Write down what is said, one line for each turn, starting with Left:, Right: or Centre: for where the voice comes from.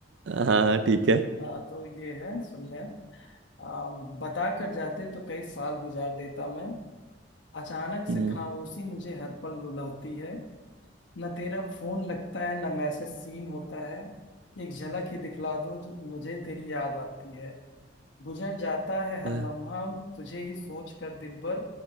Right: हाँ ठीक है
Left: हाँ तो ये है सुनने आ, बता कर जाते तो कई साल गुजार देता मैं अचानक से
Right: हम्म,
Left: खामोशी मुझे हर पल रुलाती है न तेरा फोन लगता है न मैसेज सीन होता है एक झलक ही दिखला दो जो मुझे तेरी याद आती है गुजर जाता है हर
Right: अ,
Left: लम्हा तुझे ही सोच कर दिल भर